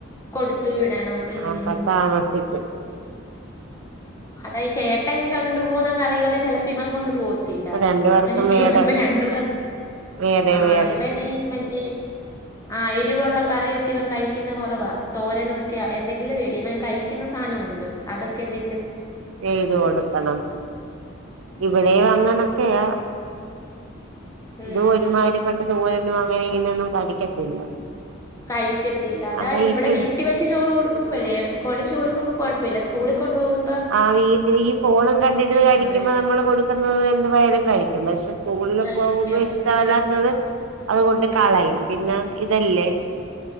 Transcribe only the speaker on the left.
കൊടുത്തു വിടണം ഉം
അതായി ചേട്ടൻ കണ്ടു പോവുന്ന കറികള് ചെലപ്പിവൻ കൊണ്ടു പോവ ത്തില്ല
അങ്ങനെയൊക്കെയുണ്ട്
പ്പൊ രണ്ടുപേർ
ആഹ്
ഇവനീ മറ്റേ ആഹ് എരിവുള്ള കറിയൊക്കി വൻ കഴിക്കുന്ന കൊറവാ തോരനൊക്കെയ എന്തെങ്കിലും എടി ഇവൻ കഴി ക്കുന്ന സാനവൊണ്ട് അതൊക്കെന്തെ
ഉം
ഉം
കഴിക്കത്തില്ല അതാണിവിടെ
വീ ട്ടി വെച്ച് ചോറ് കൊടുക്കുമ്പഴേ കൊഴച്ച് കൊടുക്കുമ്പോ കൊഴപ്പില്ല സ്കൂളി കൊണ്ടു പോവു
കൊണ്ടുവരും
കഴിക്കും
ഉം